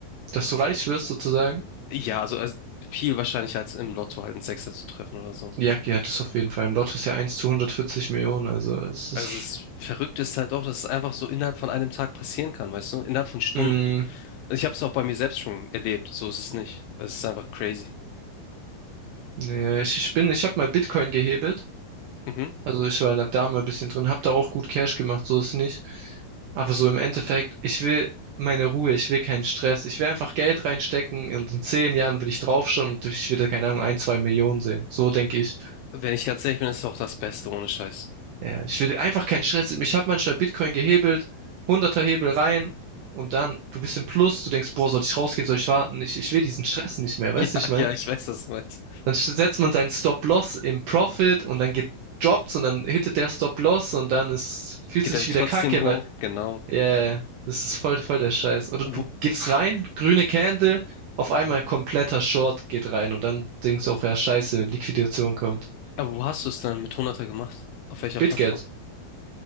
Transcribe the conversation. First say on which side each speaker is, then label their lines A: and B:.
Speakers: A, on the right; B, on the left.
A: Dass du reich wirst, sozusagen.
B: Ja, also, also viel wahrscheinlicher als im Lotto halt einen Sechser zu treffen oder so.
A: Jackie hat es auf jeden Fall. Im Lotto ist ja eins, zu hundertvierzig Millionen, also es ist.
B: Also es
A: <laughs>
B: verrückt ist halt auch, dass es einfach so innerhalb von einem Tag passieren kann, weißt du? Innerhalb von Stunden.
A: Mm,
B: Also ich habe es auch bei mir selbst schon erlebt. So ist es nicht. Es ist einfach crazy.
A: nee, ich, ich bin, ich habe mal Bitcoin gehebelt.
B: Mhm.
A: Also ich war da, da mal ein bisschen drin, habe da auch gut Cash gemacht, so ist nicht. Aber so im Endeffekt, ich will meine Ruhe, ich will keinen Stress. Ich will einfach Geld reinstecken und in zehn Jahren will ich draufschauen und ich will da, keine Ahnung, ein, zwei Millionen sehen. So denke ich.
B: Wenn ich ganz ehrlich bin, ist es auch das Beste ohne Scheiß. <laughs>
A: Ja, ich will einfach keinen Stress. Ich habe manchmal Bitcoin gehebelt, hunderter Hebel rein und dann, du bist im Plus, du denkst, boah, soll ich rausgehen, soll ich warten? Ich, ich will diesen Stress nicht mehr,
B: Ja,
A: weißt du, ich mein?
B: ja, ich weiß, was du meinst.
A: Dann setzt man seinen Stop-Loss im Profit und dann geht Jobs und dann hittet der Stop-Loss und dann ist, fühlst
B: Geht
A: du dich
B: aber
A: wieder
B: trotzdem
A: kacke,
B: hoch,
A: weil,
B: genau.
A: ja, yeah, das ist voll, voll der Scheiß. Oder
B: Wo,
A: du gehst rein, grüne Candle, auf einmal kompletter Short geht rein und dann denkst du auch, ja, scheiße, Liquidation kommt.
B: aber wo hast du es dann mit hunderter gemacht? Auf welcher
A: BitGet,
B: Plattform?